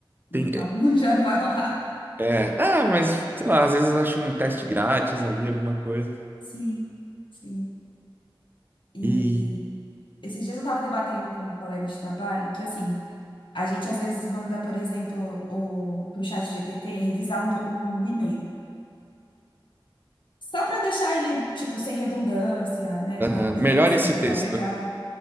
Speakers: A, on the left (about 70°); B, on the right (about 25°).
A: Então,
B: Tem,
A: <laughs> já não vai rolar.
B: é, é, ah, mas sei lá, às vezes eu acho um teste grátis ali, alguma coisa.
A: Sim, sim. e
B: E
A: Esses dias eu estava debatendo com uma colega de trabalho que, assim, a gente às vezes manda, por exemplo, o, pro chat GPT revisar um, do- um e-mail. Só para deixar ele, tipo, sem redundância, né?
B: aham,
A: Com uma concordância
B: melhora esse
A: verbal
B: texto.
A: legal.